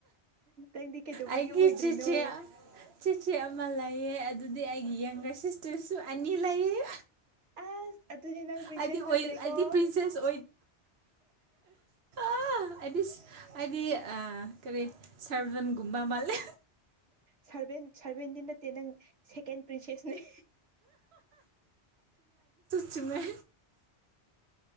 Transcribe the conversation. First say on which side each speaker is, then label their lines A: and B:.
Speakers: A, on the right; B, on the right.
A: ꯅꯪꯗꯤ ꯀꯩꯗꯧꯕꯒꯤ
B: ꯑꯩꯒꯤ
A: ꯑꯣꯏꯗ꯭ꯔꯤꯅꯣ
B: ꯆꯤꯆꯦ ꯆꯤꯆꯦ ꯑꯃ ꯂꯩꯑ ꯑꯗꯨꯗꯤ ꯑꯩꯒꯤ ꯌꯪꯒꯔꯁ ꯇꯁꯨ ꯑꯅꯤ ꯂꯩꯌꯦ
A: ꯑ ꯑꯗꯨꯗꯤ ꯅꯪ ꯄ꯭ꯔꯤꯟꯁꯦꯁ
B: ꯑꯩꯗꯤ ꯑꯣꯏ
A: ꯅꯠꯇ꯭ꯔꯦꯀꯣ
B: ꯑꯩꯗꯤ ꯄ꯭ꯔꯤꯟꯁꯦꯁ ꯑ ꯑꯩꯗꯤ ꯑꯩꯗꯤ ꯑ ꯀꯔꯤ ꯁꯔꯖꯟꯒꯨꯝꯕ ꯃꯥꯜꯂꯦ
A: ꯁꯚꯦꯟ ꯁꯔꯚꯦꯟꯗꯤ ꯅꯠꯇꯦ ꯅꯪ ꯁꯦꯀꯦꯟ ꯄ꯭ꯔꯤꯟꯁꯦꯁꯅꯦ
B: ꯆꯨꯝꯣꯏ